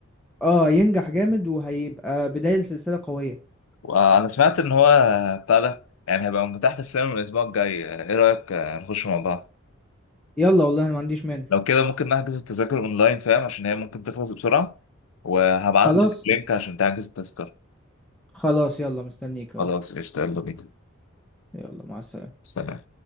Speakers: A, in the centre; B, on the left.
A: اه ينجح جامد وهيبقى بداية لسلسلة قوية
B: وانا سمعت ان هو بتاع ده يعني هيبقى متاح في السينما من الاسبوع الجاي ايه رايك آه، نخش مع بعض
A: يلا والله انا ما عنديش مانع
B: لو كده ممكن نحجز التذاكر اونلاين فاهم عشان هي ممكن تخلص بسرعه وهبعت
A: خلاص
B: لك لينك عشان تحجز التذكره
A: خلاص يلا مستنيك اهو
B: خلاص قشطه يلا بينا
A: يلا مع السلامة
B: سلام